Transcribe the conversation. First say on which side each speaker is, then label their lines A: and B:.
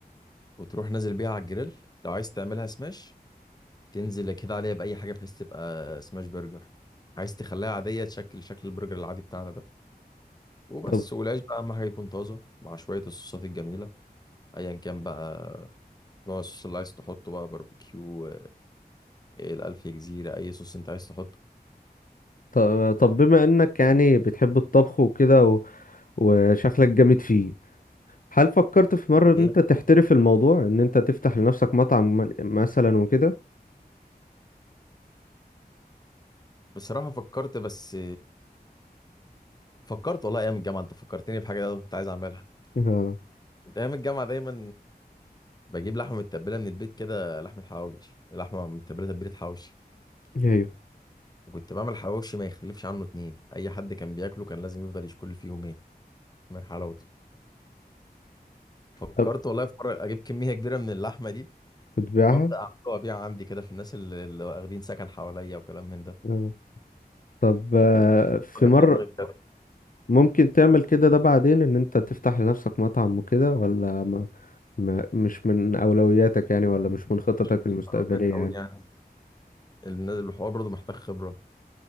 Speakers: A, on the left; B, on the left.
A: وتروح نازل بيها على الجريل لو عايز تعملها سماش تنزل كده عليها بأي حاجة بحيث تبقى سماش برجر عايز تخليها عادية تشكل شكل البرجر العادي بتاعنا ده وبس
B: طب
A: والعيش بقى أهم حاجة يكون طازة مع شوية الصوصات الجميلة أيا كان بقى نوع الصوص اللي عايز تحطه بقى باربيكيو ايه الألف جزيرة أي صوص أنت عايز تحطه
B: طب طب بما انك يعني بتحب الطبخ وكده وشكلك جامد فيه هل فكرت في مرة ان
A: هي
B: انت تحترف الموضوع ان انت تفتح لنفسك مطعم م- مثلا وكده
A: بصراحة فكرت بس فكرت والله أيام الجامعة أنت فكرتني بحاجة أنا كنت عايز أعملها
B: اه
A: كنت أيام الجامعة دايما بجيب لحمة متبلة من البيت كده لحمة حواوش لحمة متبلة تتبيلة حواوشي
B: ايوه
A: وكنت بعمل حواوشي ما يختلفش عنه اتنين أي حد كان بياكله كان لازم يفضل يشكل فيه يومين من حلاوته فكرت
B: طب
A: والله في مرة أجيب كمية كبيرة من اللحمة دي
B: بتبيعها
A: وأبدأ أعملها وأبيعها عندي كده في الناس اللي, اللي واخدين سكن حواليا وكلام من ده
B: اه طب آه، في
A: فكر
B: مرة
A: في دماغي
B: ممكن تعمل كده ده بعدين ان انت تفتح لنفسك مطعم وكده ولا ما ما مش من اولوياتك يعني ولا مش من خططك
A: مش مش
B: المستقبلية
A: على البيت قوي
B: يعني
A: يعني الناس- الحوار برضه محتاج خبرة